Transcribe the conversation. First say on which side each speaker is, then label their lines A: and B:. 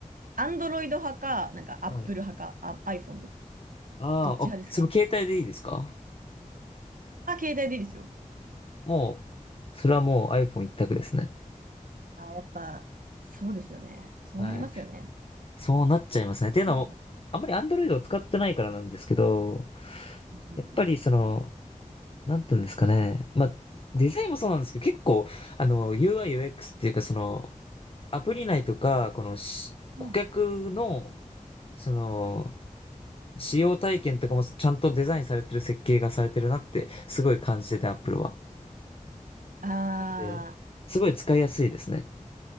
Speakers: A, on the right (about 85°); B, on the left (about 45°).
A: アンドロイド派か、なんか、アップル派か、
B: はい。
A: あ iPhone と、
B: あーあ、
A: どっち派ですか
B: その携帯でいいですか
A: あ、携帯でいいですよ。
B: もう、それはもう iPhone 一択ですね。
A: あ、やっぱ、そうですよね。そうなりますよね。
B: はい。そうなっちゃいますね。
A: ですよね。
B: っていうのも、あんまり Android を使ってないからなんですけど、
A: うん
B: やっぱりその、なんていうんですかね。まあ、デザインもそうなんですけど、結構、あの、UI、UX っていうか、その、アプリ内とか、このし、顧客の、
A: うん。
B: その、使用体験とかもちゃんとデザインされてる設計がされてるなって、すごい感じてて、Apple は。
A: あ
B: なんで、
A: ー
B: すごい使いやすいですね。